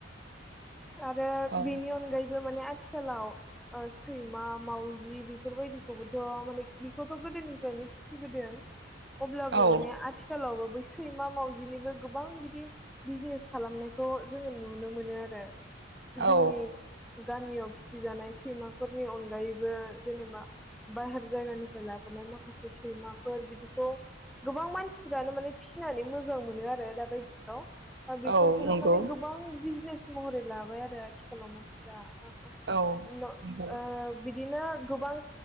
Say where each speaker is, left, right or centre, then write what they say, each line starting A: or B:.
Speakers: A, in the centre; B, on the right.
A: आरो
B: औ
A: बेनि अनगायै बे माने आथिखालाव ओ सैमा मावजि बेफोरबायदिखौबोथ' माने बेखौथ' गोदोनिफ्रायनो फिसिबोदों अब्लाबो
B: औ
A: माने आथिखालाव बै सैमा मावजिनिबो गोबां बिदि बिजनेस खालामनायखौ जोंङो नुनो मोनो आरो जोंनि
B: औ
A: गामियाव फिसिजानाय सैमा फोरनि अनगायैबो जेनेबा बाहेर जायगानिफ्राय लाबोनाय माखासे सैमाफोर बिदिखौ गोबां मानसिफोरानो माने फिसिनानै मोजां मोनो आरो दा बायदियाव। बेफोरखौबो
B: औ नंगौ
A: माने गोबां बिज बिजनेस महरै लाबाय आरो आथिखालाव मानसिफ्रा ओ
B: औ
A: न
B: नंगौ
A: औ बिदि बिदिनो गोबां